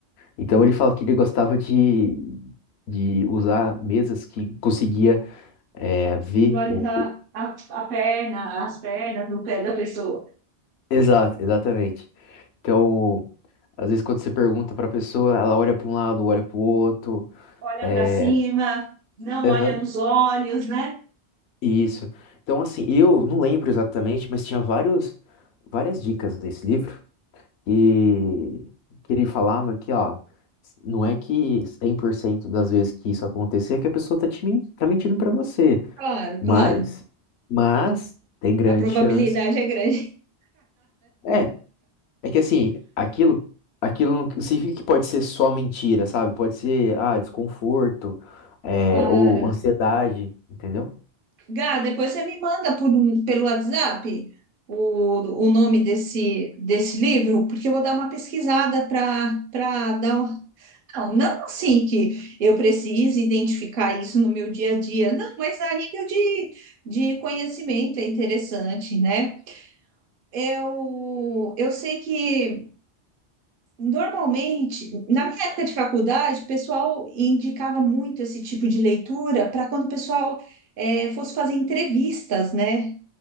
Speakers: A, on the left (about 70°); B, on the right (about 55°).
A: Então ele falava que ele gostava de, de usar mesas que conseguia é, ver
B: visualizar
A: o... o-
B: a, a perna, as pernas do pé da pessoa.
A: Exato, exatamente. Então, às vezes quando você pergunta para a pessoa, ela olha para um lado, olha para o outro,
B: Olha
A: é,
B: para cima, não
A: aham.
B: olha nos olhos, né?
A: Isso. Então, assim, eu não lembro exatamente, mas tinha vários, várias dicas desse livro e que ele falava que, ó, não é que 100% das vezes que isso acontecer é que a pessoa tá te men- tá mentindo pra você,
B: Claro,
A: mas,
B: claro.
A: mas tem grande
B: A probabilidade
A: chance.
B: é grande. <laughs>
A: É, é que assim, aquilo, aquilo não significa que pode ser só mentira, sabe? Pode ser, ah, desconforto, é,
B: Claro.
A: ou ansiedade, entendeu?
B: Gá, depois você me manda por um- pelo WhatsApp o, o nome desse, desse livro, porque eu vou dar uma pesquisada para para dar. uma- Não, não assim que eu precise identificar isso no meu dia a dia, não, mas a nível de, de conhecimento é interessante, né? Eu, eu sei que normalmente, na minha época de faculdade, o pessoal indicava muito esse tipo de leitura para quando o pessoal eh, fosse fazer entrevistas, né?